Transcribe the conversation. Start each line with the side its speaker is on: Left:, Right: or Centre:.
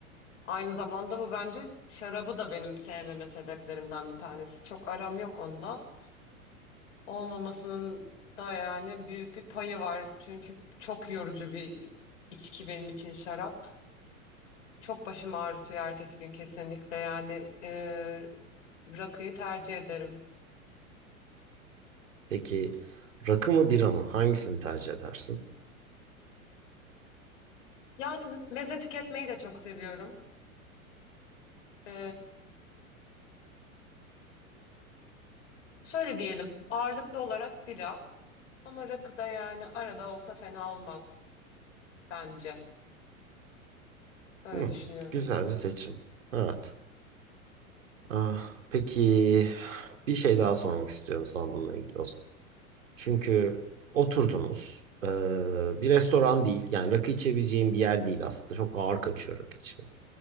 Left: Aynı zamanda bu bence şarabı da benim sevmeme sebeplerimden bir tanesi. Çok aram yok onunla. Olmamasının da yani büyük bir payı var. Çünkü çok yorucu bir içki benim için şarap. Çok başım ağrıtıyor ertesi gün kesinlikle. Yani e, rakıyı tercih ederim.
Right: Peki rakı mı bira mı? Hangisini tercih edersin?
Left: Yani meze tüketmeyi de çok seviyorum. E, şöyle diyelim ağırlıklı olarak bira ama rakı da yani arada olsa fena olmaz bence. Öyle
Right: Hı,
Left: düşünüyorum.
Right: güzel bir seçim. Evet. Ah, peki bir şey daha sormak istiyorum sana bununla ilgili o zaman. Çünkü oturdunuz. Ee, bir restoran değil. Yani rakı içebileceğim bir yer değil aslında. Çok ağır kaçıyor rakı içmek.